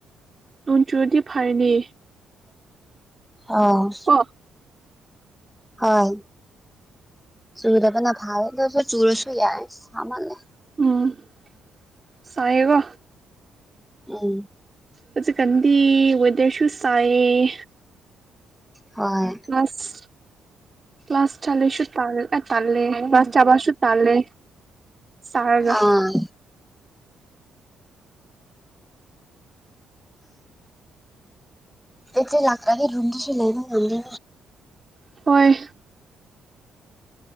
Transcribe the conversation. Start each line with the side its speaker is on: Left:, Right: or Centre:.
Right: ꯅꯣꯡ ꯆꯨꯔꯗꯤ ꯐꯔꯅꯦ
Centre: ꯑꯥ
Right: ꯀꯣ
Centre: ꯍꯣꯏ ꯆꯨꯗꯕꯅ ꯐꯩ ꯑꯗꯨꯏꯁꯨ ꯆꯨꯔꯁꯨ ꯌꯥꯏ ꯁꯥꯃꯜꯂꯦ
Right: ꯎꯝ ꯁꯥꯏꯕꯣ
Centre: ꯎꯝ
Right: ꯍꯧꯖꯤꯛꯀꯥꯟꯗꯤ ꯋꯦꯗꯔꯁꯨꯨ ꯁꯥꯏꯌꯦ
Centre: ꯍꯣꯏ
Right: ꯑꯁ ꯄ꯭ꯂꯁ ꯆꯂꯦꯁꯨ ꯇꯜ ꯑ ꯇꯜꯂꯦ ꯆꯕꯁꯨ ꯇꯜꯂꯦ ꯁꯥꯔꯒ
Centre: ꯑꯥ
Right: <inaudible>
Centre: ꯇꯣꯇꯩ ꯂꯥꯛꯇ꯭ꯔꯗꯤ ꯔꯨꯝꯗꯁꯨ ꯂꯩꯕ ꯉꯝꯗꯦ
Right: ꯍꯣꯏ